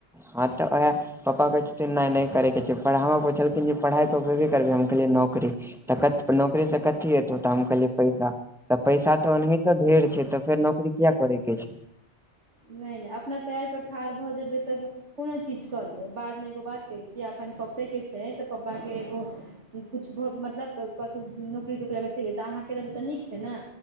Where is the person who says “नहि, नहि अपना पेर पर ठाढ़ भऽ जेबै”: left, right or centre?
Right